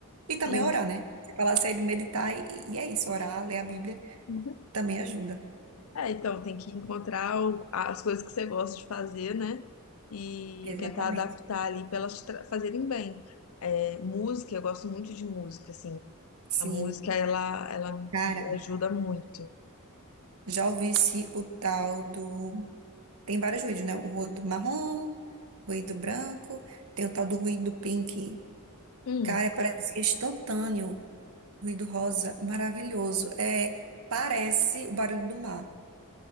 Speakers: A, on the right (about 80°); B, on the left (about 70°).
A: E também
B: Sim.
A: orar,
B: <laughs>
A: né? Você falar, sair de meditar e, e é isso, orar, ler a Bíblia
B: Uhum.
A: também ajuda.
B: É, então tem que encontrar o- as coisas que você gosta de fazer, né? E
A: Exatamente.
B: tentar adaptar ali para elas tra- fazerem bem. É, música, eu gosto muito de música, assim.
A: Sim.
B: A música, ela, ela me
A: Cara,
B: ajuda muito.
A: Já ouvisse o tal do. Tem vários ruídos, né? O ruído marrom, ruído branco, tem o tal do ruído pink.
B: Hum.
A: Cara, parece que é instantâneo. Ruído rosa, maravilhoso. É, parece o barulho do mar.